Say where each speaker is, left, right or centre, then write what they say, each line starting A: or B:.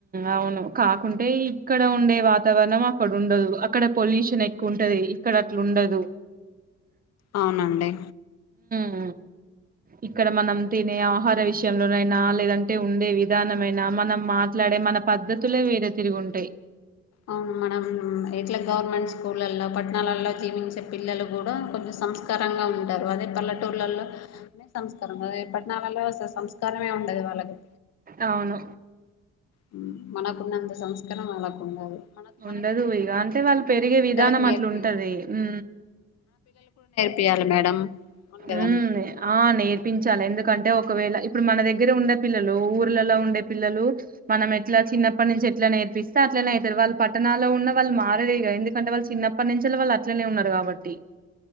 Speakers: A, on the right; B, on the left.
A: అవును కాకుంటే ఈ ఇక్కడ ఉండే వాతావరణం అక్కడ ఉండదు అక్కడ పొల్యూషన్ ఎక్కువ ఉంటది ఇక్కడ అట్లు ఉండదు
B: అవునండి
A: ఊ ఇక్కడ మనం తినే ఆహార విషయంలోనైనా లేదంటే ఉండే విధానం మైన మనం మాట్లాడే మన పద్ధతులే వేరే తీరుగా ఉంటాయి
B: అవును మనం ఇట్లా గవర్నమెంట్ స్కూళ్ళలో పట్టణాలలో జీవించే పిల్లలు కూడా కొంచెం సంస్కారంగా ఉంటారు అదే పల్లెటూళ్లలో అనే సంస్కారం కదా పట్టణాలలో సంస్కారమే ఉండదు వాళ్ళ కి
A: అవును
B: హు మనకున్నంత సంస్కారం వాళ్ళకు ఉండదు మన మనకున్న
A: ఉండదు ఇగ
B: సంస్కారం
A: అంటే వాళ్ళు
B: కూడా
A: పెరిగే
B: మన పిల్లలకి
A: విధానం
B: నేర్పియాలి
A: అట్లుంటది ఊ
B: తీయాలి మేడం అవును కదండి
A: ఊ ఆ నేర్పించాలి ఎందుకు కంటే ఒకవేళ ఇప్పుడు మన దగ్గర ఉండే పిల్లలు ఊర్లలో ఉండే పిల్లలు మన ఎట్లా చిన్నప్పటి నుంచి ఎట్లా నేర్పిస్తే అట్లనే అయతారు వాళ్ళ పట్టణాలలో ఉన్న వాళ్ళు మారారు ఇగ ఎందుకంటె వాళ్ళ చిన్నప్పటి నుంచి వాళ్ళు అట్నే ఉన్నారు కాబట్టి